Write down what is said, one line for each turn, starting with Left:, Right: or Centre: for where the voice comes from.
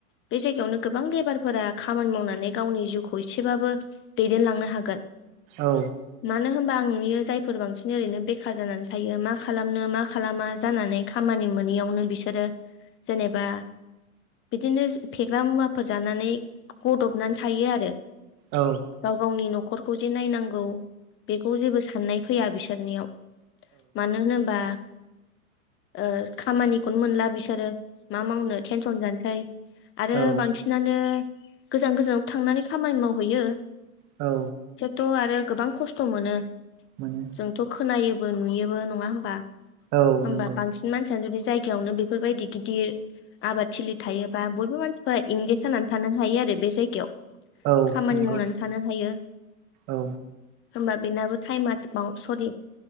Left: बे जायगायावनो गोबां लेबारफोरा खामानि मावनानै गावनि जिउखौ एसेबाबो दैदेनलांनो हागोन
Right: औ
Left: मानो होमबा आं नुयो जायफोर बांसिन ओरैनो बेखार जानानै थायो मा खालामनो मा खालामा जानानै खामानि मोनैयावनो बि बिसोरो जेनेबा बिदिनो फेग्रा मुवाफोर जानानै गदबनानै थायो आरो
Right: औ
Left: गाव गावनि न'खर बेखौ जे नायनांगौ बेखौ जेबो साननाय फैया बिसोरनियाव मानो होनोबा ओ खामानिखौनो मोनला बिसोरो मा मावनो टेनसन जानोसै आरो
Right: ओ औ
Left: बांसिनानो गोजान गोजानाव थांनानै खामानि मावहैयो
Right: औ
Left: थ' आरो गोबां खस्थ' मोनो
Right: मोनो
Left: जोंथ' खोनायोबो नुयोबो नङा होमबा
Right: औ
Left: होमबा
Right: नंगौ
Left: बांसिन मानसियानो जुदि जायगायावनो बेफोरबायदि गिदिर आबाद थिलि थायोबा बयबो मानसिफ्रा इंगिस जानानै थानो हायो आरो बे जायगायाव
Right: औ
Left: खामानि
Right: नंगौ
Left: मावनानै थानो हायो
Right: औ
Left: होमबा बेनाबो टाइमा <unintelligible> सरि